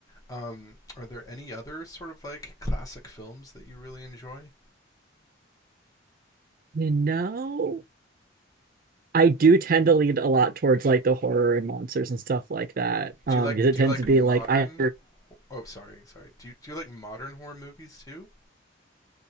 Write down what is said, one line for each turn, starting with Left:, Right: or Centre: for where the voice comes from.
Left: um, are there any other sort of like classic films that you really enjoy?
Right: You know? I do tend to lean a lot towards like the horror and monsters and stuff like that. Um,
Left: Do you like
Right: because it
Left: do
Right: tends
Left: you like
Right: to be
Left: modern?
Right: like I
Left: Oh, sorry, sorry. Do you, do you like modern horror movies too?